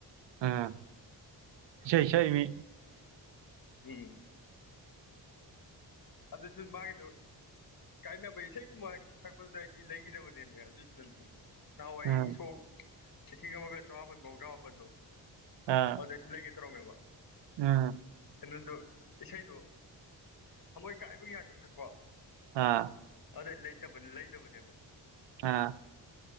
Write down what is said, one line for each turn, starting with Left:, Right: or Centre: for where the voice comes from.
Right: ꯎꯃ ꯑꯦꯁꯩ ꯁꯛꯃꯤ
Left: ꯎꯝ ꯑꯗꯁꯨ ꯃꯥꯒꯤꯗꯨ ꯀꯥꯏꯅꯕ ꯏꯁꯩꯒꯨꯝꯕ ꯁꯛꯄꯗꯨꯗ ꯑꯩꯗꯤ ꯂꯩꯈꯤꯗꯕꯅꯦꯅꯦ ꯑꯗꯨꯏ ꯁꯤꯅꯗꯥꯟꯗꯨ ꯅꯍꯥꯟꯋꯥꯏꯪ
Right: ꯎꯝ
Left: ꯁꯣꯛ ꯂꯤꯁꯤꯡ ꯑꯃꯒ ꯆꯃꯥꯄꯜ ꯃꯧꯗ꯭ꯔꯥ ꯃꯥꯄꯟꯗꯣ
Right: ꯑꯥ
Left: ꯑꯗꯨꯗꯏꯁꯨ ꯂꯩꯒꯦ ꯄꯝꯕ <unintelligible>
Right: ꯎꯝ
Left: ꯅ ꯏꯁꯩꯗꯨ ꯊꯃꯣꯏ ꯀꯥꯏꯕꯒꯤ ꯉꯥꯛꯇ ꯁꯛꯄ
Right: ꯑꯥ
Left: ꯑꯗꯩ ꯂꯩꯇꯕ ꯂꯩꯇꯕꯅꯦꯕ
Right: ꯍꯥꯥ